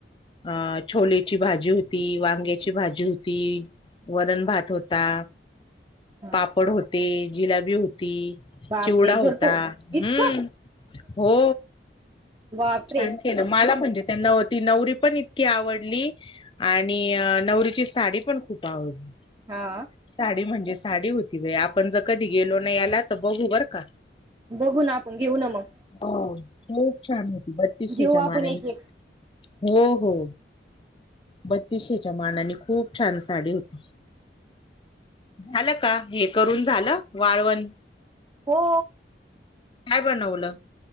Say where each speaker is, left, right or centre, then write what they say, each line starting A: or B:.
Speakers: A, on the left (about 30°); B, on the right (about 20°).
A: अ छोलेची भाजी होती वांग्याची भाजी होती वरण-भात होता
B: हा
A: पापड
B: का
A: होते जिलाबी होती
B: बापरे
A: चिवडा
B: भरपूर
A: होता
B: इतकं
A: हम्म हो
B: बापरे
A: छान केलं मला म्हणजे त्या ती नवरी पण इतकी आवडली आणि अ नवरीची साडी पण खूप आवडली
B: हा
A: साडी म्हणजे साडी होती बाई आपण जर कधी गेलो नाही याला तर बघू बर का
B: बघू ना आपण घेऊ ना मग
A: हो खूप छान होती बत्तीशेच्या
B: घेऊ आपण
A: मानाणी
B: एक एक
A: हो-हो बत्तीशेच्या मानाने खूप छान साडी होती झालं का हे करून झालं वाळवण
B: हो
A: काय बनवल